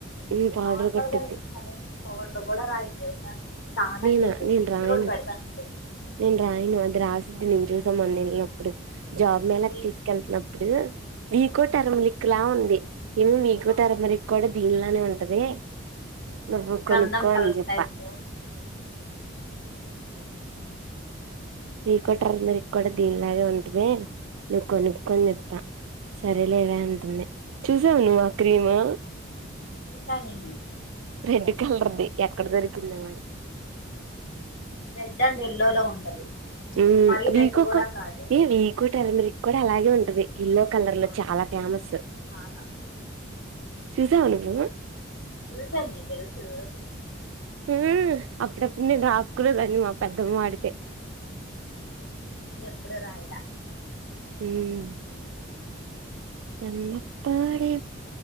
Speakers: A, on the right; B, on the left.
A: ఉమ్ పౌడర్
B: నార్మల్గా
A: కొట్టిద్ది
B: నేను కరేజన్ పౌడర్ కూడా రాయను తెలుసా స్నానం
A: నేనా
B: చేసి
A: నేను
B: స్టిక్కర్
A: రాయను
B: ఒకటే పెడతా అంతే
A: నేను రాయను అది రాసిద్ది నేను చూసా మొన్న ఎళ్ళినప్పుడు జాబ్ మేలాకి
B: ఫేస్
A: తీసుకెళ్తున్నప్పుడు వికో టర్మరిక్లా ఉంది నేను వీకో
B: అవును
A: టర్మరిక్ వాడి దీనిలానే ఉంటది నువ్వు
B: గంధం
A: కొనుక్కో
B: కలర్
A: అని చెప్పా
B: టైపులో
A: వికో టర్మరిక్ కూడా దీనిలాగే ఉంటది నువ్వు కొనుక్కో అని చెప్పా సరేలేవే అంటుంది చూసావే నువ్వు ఆ క్రీము
B: చూసా నేను
A: రెడ్ కలర్ది ఎక్కడ దొరికిందో మరి
B: రెడ్ అండ్ ఎల్లోలో ఉంటది
A: ఉమ్మ్
B: మరీ
A: వీకొకొ
B: రెడ్ కూడా కాదు
A: ఏ వీకో టర్మరిక్ కూడా అలాగే ఉంటది ఎల్లో కలర్లో
B: అవును
A: చాలా ఫేమస్
B: చాలా
A: చూశావా నువ్వు
B: చూశానే తెలుసు
A: ఉమ్మ్ అప్పుడప్పుడు నేను రాసుకునేదాన్ని మా పెద్దమ్మ వాడితే
B: నేను ఎప్పుడు రాయల
A: ఉమ్మ్ తన్నప్పడే